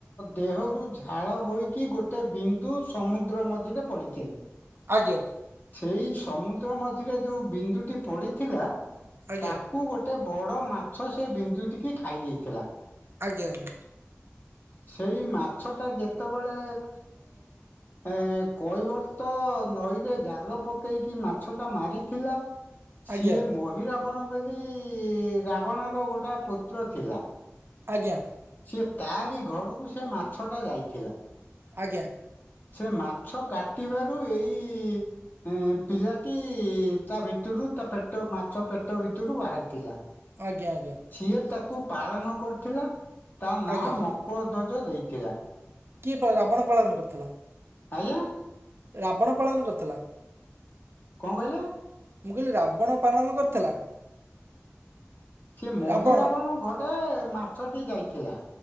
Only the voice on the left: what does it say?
ଦେହରୁ ଝାଳ ବୋହିକି ଗୋଟେ ବିନ୍ଦୁ ସମୁଦ୍ର ମଝିରେ ପଡ଼ିଥିଲା।
ସେଇ ସମୁଦ୍ର ମଝିରେ ଯୋଉ ବିନ୍ଦୁଟି ପଡିଥିଲା
ତାକୁ ଗୋଟେ ଗୋଟେ ବଡ଼ ମାଛ ସେ ବିନ୍ଦୁ ଟିକି ଖାଇ ଦେଇଥିଲା।
ସେଇ ମାଛ ଟା ଯେତେବେଳେ ଏ କୈବର୍ତ୍ତ ନଈରେ ଜାଲ ପକେଇକି ମାଛଟା ମାରି ଥିଲା
ସିଏ ମ ଅହିରାବଣ ବୋଲି ରାବଣର ଗୋଟଏ ପୁତ୍ର ଥିଲା
ସିଏ ତାରି ଘରକୁ ସେ ମାଛ ଟା ଯାଇଥିଲା।
ସେ ମାଛ କାଟିବାରୁ ଏଇ ପିଲାଟି ତା ଭିତରୁ ତା ପେଟ ମାଛ ପେଟ ଭିତରୁ ବାହାରିଥିଲା।
ସିଏ ତାକୁ ପାଳନ କରିଥିଲା ତା ନାଁ
ମକରଧ୍ୱଜ ଦେଇଥିଲା।
ଆଜ୍ଞା?
କଣ କହିଲେ?
ସିଏ ମହିରାବଣ
ଘରେ ମାଛଟି ଯାଇଥିଲା।